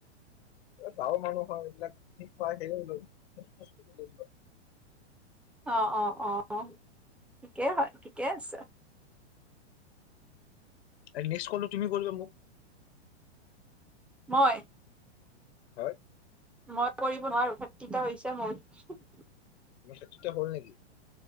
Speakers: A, on the left; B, in the centre.
A: এ, গাঁৱৰ মানুহ হয় এইবিলাক, ঠিক কৰাই থাকে লৈ <unintelligible> লৈ যোৱা।
B: অ', অ'-অ'-অ', ঠিকেই হয়, ঠিকেই আছে।
A: <unintelligible> নেক্স কলটো তুমি কৰিবা মোক।
B: মই।
A: হয়।
B: মই কৰিব নোৱাৰো, থাৰ্টিটা হৈছে মোৰ।
A: <unintelligible> হ'ল নেকি?